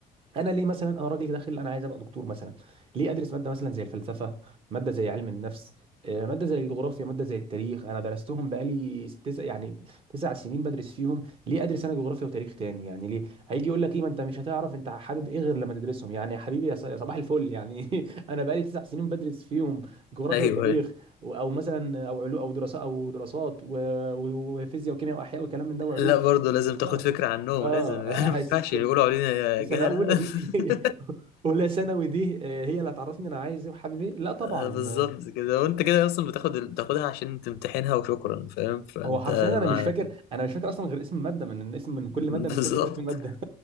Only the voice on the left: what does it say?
أيوه
لا برضه لازم تاخد
فكرة عنهم
لازم <laughs> ما ينفعش
يقولوا علينا
جهلة
<laughs>
آه، بالظبط
كده وأنت كده أصلا بتاخد بتاخدها عشان تمتحنها وشكرا فاهم فأنت
ما
<laughs>
بالظبط